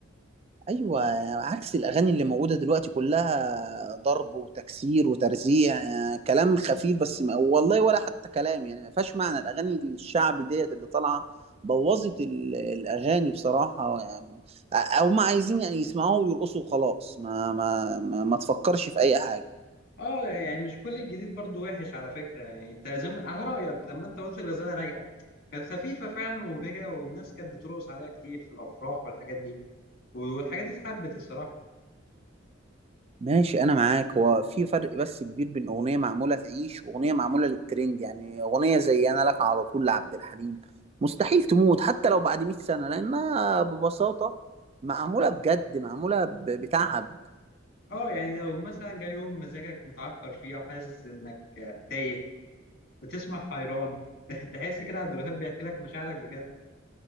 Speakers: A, on the right; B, on the left.
A: ايوه عكس الاغاني اللي موجوده دلوقتي كلها ضرب وتكسير وترزيع كلام خفيف بس ما والله ولا حتى كلام يعني ما فيهاش معنى الاغاني الشعبي ديت اللي طالعه بوظت ال- الاغاني بصراحه يعني او ما عايزين يعني يسمعوها ويرقصوا وخلاص ما ما ما, ما تفكرش في اي حاجه
B: اه يعني مش كل الجديد برضو وحش على فكرة يعني انت زي ما- على رأيك لما انت قلت الغزالة رايقة كانت خفيفة فعلا ومبهجة والناس كانت بترقص عليها كتير في الأفراح والحاجات دي والحاجات دي اتحبت الصراحة
A: ماشي انا معاك هو في فرق بس كبير بين اغنيه معموله تعيش واغنيه معموله للترند يعني اغنيه زي انا لك على طول لعبد الحليم مستحيل تموت حتى لو بعد 100 سنه لانها ببساطه معموله بجد معموله ب- بتعب
B: اه يعني لو مثلا جاي يوم مزاجك متعكر فيه أو حاسس إنك تايه بتسمع حيران <laughs> تحس كده عبد الوهاب بيحكي لك مشاعرك بجد